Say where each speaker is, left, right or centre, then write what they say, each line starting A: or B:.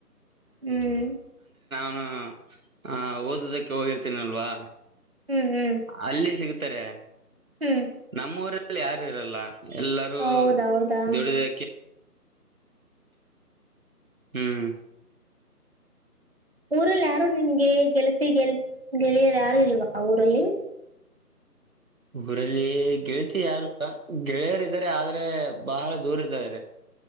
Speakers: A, on the right; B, on the right.
A: ಹ್ಮ್
B: ಹ ಹ ಓದದಕ್ಕೆ ಹೋಗಿರ್ತೇನಲ್ವಾ
A: ಹ್ಮ್ ಹ್ಮ್
B: ಅಲ್ಲೇ ಸಿಗುತ್ತೆ... ತ್ತರ್ರ್
A: ಹ್ಮ್
B: ನಮ್ಮೂರ ಲ್ಲಿ ಯಾರು ಇರಲ್ಲ ಎಲ್ಲರೂ
A: ಹೌದೌದಾ
B: ದುಡುದಕ್ಕೆ ಹ್ಮ್
A: ಊರಲ್ಲಿ ಯಾರು ನಿನ್ಗೆ ಗೆಳತ್ ಗೆಲ್ತಿ ಗೆಳೆಯರ್ ಯಾರು ಇಲ್ವಾ ಅವರು ಲ್ಲಿ
B: ಊರಲ್ಲಿ ಗೆಳತಿ ಯಾರು ಗೆಳೆಯರ ಇದಾರೆ ಆದ್ರೆ ಬಹಳ ದೂರ ಇದ್ದ್ರ.